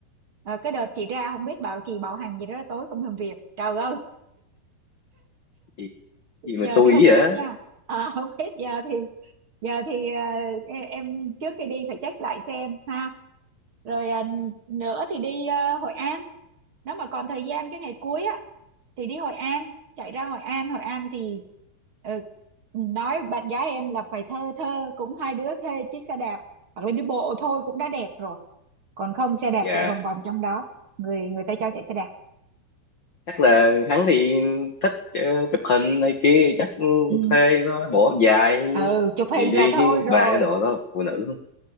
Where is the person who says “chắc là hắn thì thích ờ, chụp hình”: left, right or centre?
Left